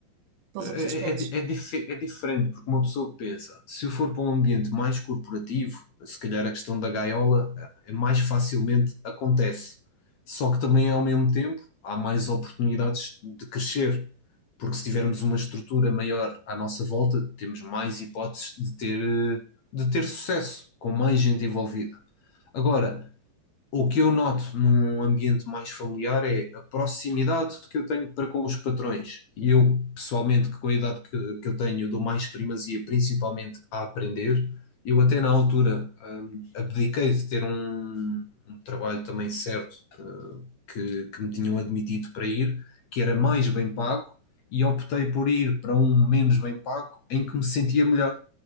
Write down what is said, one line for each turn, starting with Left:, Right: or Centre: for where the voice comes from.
Right: pelos
Left: É,
Right: outros aspectos.
Left: é, é, di- é, dife- é diferente, porque uma pessoa pensa, se eu for para um ambiente mais corporativo, se calhar a questão da gaiola eh, é mais facilmente acontece. Só que também, ao mesmo tempo, há mais oportunidades de crescer, porque se tivermos uma estrutura maior à nossa volta, temos mais hipóteses de ter, eh, de ter sucesso, com mais gente envolvida. Agora, o que eu noto num ambiente mais familiar é a proximidade que eu tenho para com os patrões. E eu, pessoalmente, que com a idade que, que eu tenho, eu dou mais primazia, principalmente a aprender. Eu até na altura, hum, abdiquei de ter um, um trabalho também certo, eh, que, que me tinham admitido para ir, que era mais bem pago, e optei por ir para um menos bem pago, em que me sentia melhor